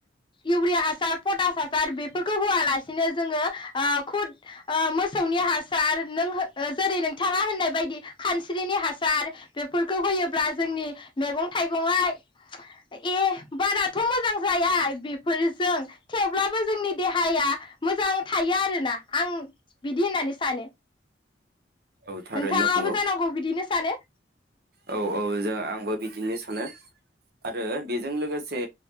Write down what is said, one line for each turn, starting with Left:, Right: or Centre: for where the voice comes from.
Left: इउरियास हासार पटास हासार बेफोरखौ होआलासिनो जोङो ओ खुद ओ मोसौनि हासार नों हो जेरै नोंथाङा होननाय बायदि खानस्रिनि हासार बेफोरखौ होयोब्ला जोंनि मैगं थाइगंया ए बाराथ मोजां जाया बेफोरजों थेवब्लाबो जोंनि देहाया मोजां थायो आरोना आं बिदि होननानै सानो
Right: औ थारैनो
Left: नोंथाङाबो
Right: नंगौ
Left: जानांगौ बिदिनो सानो
Right: औ औ जा आंबो बिदिनो सानो आरो बेजों लोगोसे